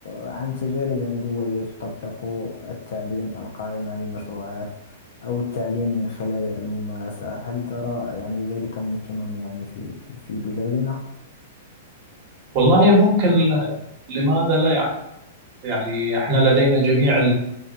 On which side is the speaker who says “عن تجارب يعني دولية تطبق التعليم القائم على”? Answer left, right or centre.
Left